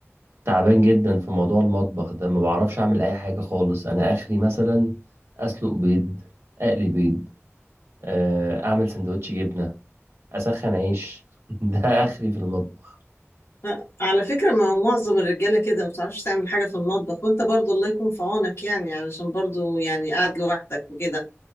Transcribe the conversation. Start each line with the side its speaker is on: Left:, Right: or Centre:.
Right: تعبان جدا في موضوع المطبخ ده ما بعرفش اعمل اي حاجه خالص انا اخري مثلا اسلق بيض اقلي بيض آه، اعمل سندوتش جبنه اسخن عيش <laughs> ده اخري في المطبخ
Left: آه، على فكرة ما معظم الرجالة كده ما بتعرفش تعمل حاجة في المطبخ وانت برضو الله يكون في عونك يعني علشان برضو يعني قاعد لوحدك وكده